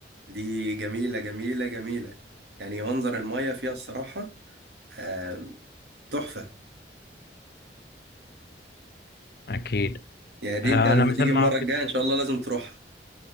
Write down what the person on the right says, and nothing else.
دي جميلة جميلة جميلة يعني منظر المية فيها الصراحة آه تحفة
يعني دي
انت لما
تيجي
المرة
الجاية ان
شاء الله لازم تروحها